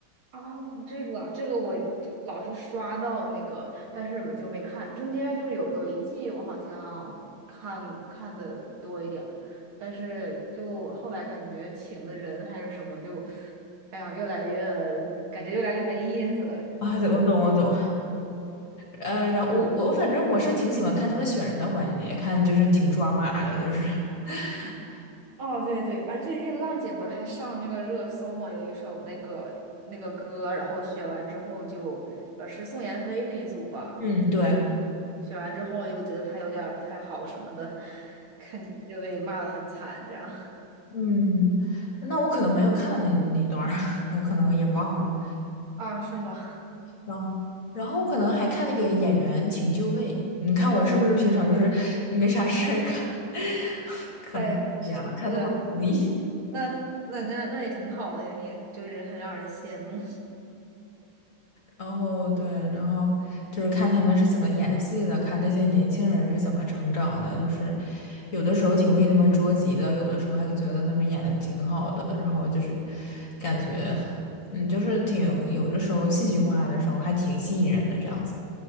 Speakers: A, on the right; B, on the left.
A: 啊，这个这个我老是刷到那个，但是我就没看。中间就是有有一季我好像看看的多一点儿，但是就后来感觉请的人还是什么就，哎呀，越来越感觉越来越没意思了。
B: 啊，对我懂我懂。呃，然后我我反正我是挺喜欢看他们选人的环节，看就是挺抓马的，就是 <laughs>
A: 哦，对对，啊，最近浪姐不是还上那个热搜嘛，有一首那个那个歌，然后选完之后就呃是宋妍霏那一组吧，
B: 嗯对
A: 选完之后又觉得他有点儿不太好什么的，看见就被骂的很惨，这样
B: 嗯，那我可能没有看到那那一段儿 <laughs> 我可能也忘了。
A: <laughs> 啊，是吗？
B: 然后，然后我可能还看那个演员请就位。你看我是不是平常就是没啥事儿干，<laughs> 可能闲了看这么多综艺。
A: 哎呀，这这个那那那那也挺好的呀，你也就是很让人羡慕
B: 然后对，然后就是看他们是怎么演戏的，看这些年轻人是怎么成长的，就是有的时候挺为他们着急的，有的时候还觉得他们演的挺好的，然后就是感觉，嗯，就是挺有的时候戏剧化的时候还挺吸引人的这样子。